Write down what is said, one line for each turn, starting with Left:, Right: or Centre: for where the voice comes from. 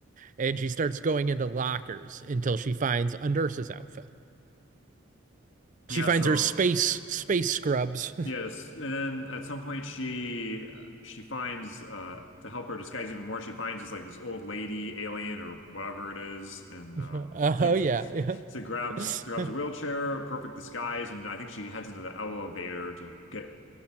Right: and she starts going into lockers until she finds a nurse's outfit
Left: Yeah.
Right: she finds
Left: So
Right: her space space scrubs
Left: Yes, and then at some point she she finds uh to help her disguise even more, she finds this like this old lady alien or whatever it is, and
Right: <laughs>
Left: uh
Right: oh
Left: takes
Right: yeah
Left: <laughs> so grabs
Right: <laughs>
Left: grabs a wheelchair, perfect disguise, and I think she heads into the elevator to get.